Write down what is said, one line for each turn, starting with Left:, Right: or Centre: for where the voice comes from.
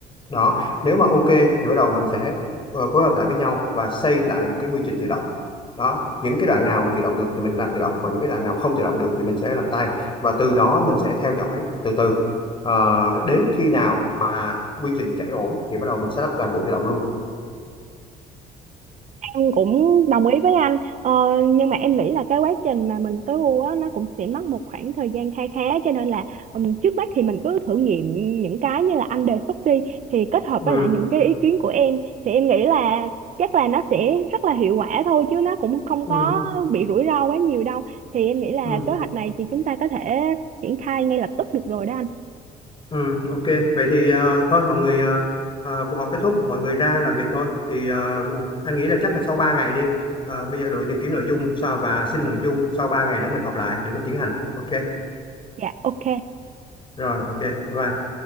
Left: đó nếu mà ok thì bắt đầu mình sẽ ờ, phối hợp lại với nhau và xây lại một cái quy trình tự động đó những cái đoạn nào mà tự động được thì mình làm tự động còn những cái đoạn nào không tự động được thì mình sẽ làm tay và từ đó mình sẽ theo dõi từ từ Ờ, đến khi nào mà quy trình chạy ổn thì bắt đầu mình sẽ lắp toàn bộ tự động luôn
Right: Em cũng đồng ý với anh ờ, nhưng mà em nghĩ là cái quá trình mà mình tối ưu á nó cũng sẽ mất một khoảng thời gian kha khá cho nên là ừm, trước mắt thì mình cứ thử nghiệm những cái như là anh đề xuất đi thì kết hợp
Left: ừ
Right: với lại những cái ý kiến của em thì em nghĩ là chắc là nó sẽ rất là hiệu quả thôi chứ nó cũng không
Left: ừ
Right: có bị rủi ro quá nhiều đâu thì em nghĩ là
Left: ừ
Right: kế hoạch này thì chúng ta có thể triển khai ngay lập tức được rồi đó anh
Left: ừ ok vậy thì ờ, thôi mọi người ờ, ờ, cuộc họp kết thúc mọi người ra làm việc thôi thì ờ, anh nghĩ là chắc là sau 3 ngày đi Ờ, bây giờ đội tìm kiếm nội dung sau và xin nội dung sau 3 ngày nữa mình họp lại để mình tiến hành ok
Right: dạ ok
Left: rồi ok bye bye